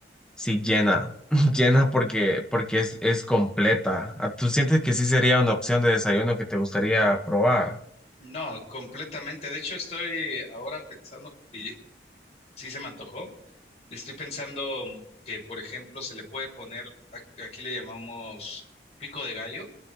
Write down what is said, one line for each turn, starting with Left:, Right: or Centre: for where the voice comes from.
Centre: sí llena, <laughs> llena porque, porque es, es completa. Ah, ¿Tú sientes que sí sería una opción de desayuno que te gustaría probar?
Left: No, completamente. De hecho, estoy ahora pensando, porque ye- sí se me antojó. Estoy pensando mm, que, por ejemplo, se le puede poner, a- aquí le llamamos pico de gallo,